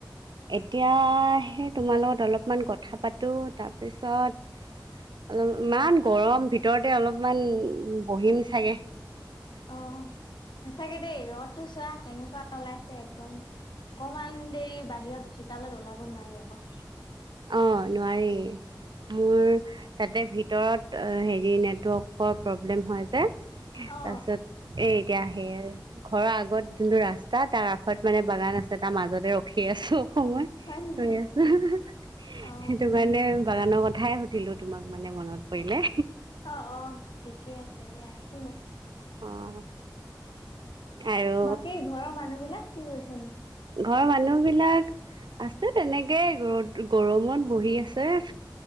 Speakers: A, on the right; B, on the left.
A: এতিয়াহে তোমাৰ লগত অলপমান কথা পাতোঁ তাৰপিছত অলপ ইমান গৰম ভিতৰতে অলপমান বহীম চাগে
B: অ সঁচাকে দেই ৰদতটো চোৱা কেনেকুৱা ওলাইছে একদম অকমান দেৰি বাহিৰত চোতালত ওলাব নোৱাৰি আকৌ
A: অ নোৱাৰি মোৰ তাতে ভিত ভিতৰত হেৰি নেটৱৰ্কৰ প্ৰব্লেম হয় যে তাৰপিছত
B: অ
A: এ এতিয়া আহে আৰু ঘৰৰ আগত যোনটো ৰাস্তা তাৰ কাষত মানে বাগান আছে তাৰ মাজতে ৰখি আছো সময়
B: হয় নেকি
A: গৈ আছো সেইটো
B: অ
A: মানে বাগানৰ কথাই সুধিলো তোমাক মানে মনত পৰিলে
B: অ অ ঠিকে আছে দিয়া একো নাই
A: অহ আৰু
B: বাকী ঘৰৰ মানুহ বিলাক কি কৰিছে নো
A: ঘৰৰ মানুহবিলাক আছে তেনেকে ৰদ গৰমত বহি আছে